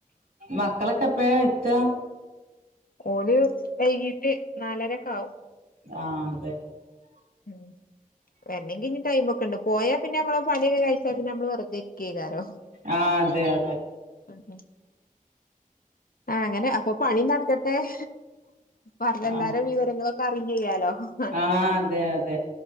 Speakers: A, on the right; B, on the left.
A: മക്കളൊക്കെ എപ്പോയാ എത്തുക
B: ഓല് വൈകീട്ട് നാലരക്കെ ആവും
A: ആഹ് അതെ
B: മ്മ് വേണെങ്കി ഇനി ടൈമൊക്കെ ഇണ്ട് പോയാ പിന്നെ നമ്മള് പണിയൊക്കെ കയിച്ചാ പിന്നെ നമ്മള് വെറുതെ ഇരിക്ക കാരോ
A: ആ അതെ അതെ
B: മ്മ് ആഹ് അങ്ങനെ അപ്പ പണി നടക്കട്ടെ എ പറഞ്ഞെല്ലാരെ
A: ആ
B: വിവരങ്ങളൊക്കെ പറയെം ചെയ്യാലോ അങ്ങനെ
A: ആ അതെ അതെ